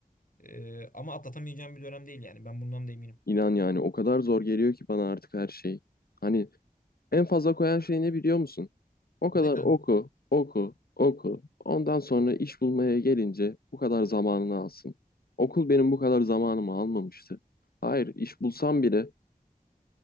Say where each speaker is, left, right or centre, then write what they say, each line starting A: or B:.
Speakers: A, on the left; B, on the left.
A: Ee, ama atlatamayacağım bir dönem değil yani. Ben bundan da eminim.
B: inan yani o kadar zor geliyor ki bana artık her şey. Hani en fazla koyan şey ne biliyor musun? O
A: Ne
B: kadar
A: kanka?
B: oku, oku, oku. Ondan sonra iş bulmaya gelince bu kadar zamanını alsın. Okul benim bu kadar zamanımı almamıştı. Hayır, iş bulsam bile